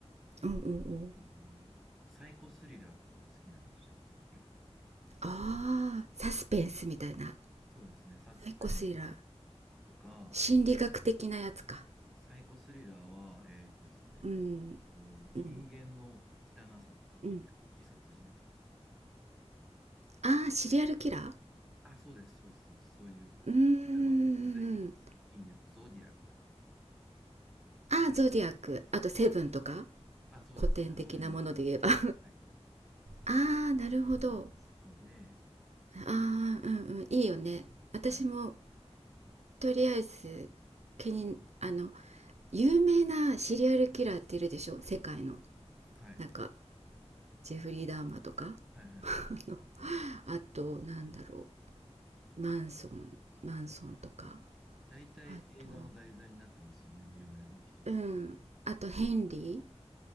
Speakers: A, on the right; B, in the centre.
A: うんうんうん
B: あの、サイコスリラーとかが好きなんですよ。<clears throat> うん
A: あーサスペンスみたいな
B: そうですね、サスペンス
A: 結コスイラー
B: とか、
A: 心理学的なやつか
B: サイコスリラーは、えっとですね、
A: うん
B: こう、
A: うん
B: 人間の汚さとか、こう、
A: うん
B: 狂気殺人とか。
A: ああーシリアルキラー
B: あ、そうです、そうです、そうです、そういう、
A: うーん
B: 例えばこう具体的な作品で言うと、ゾディアックとか。
A: ああーゾディアックあとセブンとか
B: あ、そうですね、
A: 古典的なもので言えば
B: あの辺です。
A: <laughs> あ
B: はい。
A: あーなるほど
B: ああいうのが好きで、
A: ああーうんうんいいよね私も
B: はい、
A: とりあえず気にあの有名なシリアルキラーっているでしょ世界の
B: はい、
A: なんかジェフリー・ダーマーとか <laughs>
B: はい、はい、
A: あの
B: はい。うん。
A: あとなんだろうマンソンマンソンとか
B: 大体映画の題材になってますよね、
A: あと
B: 有名な人って。
A: うんあとヘンリ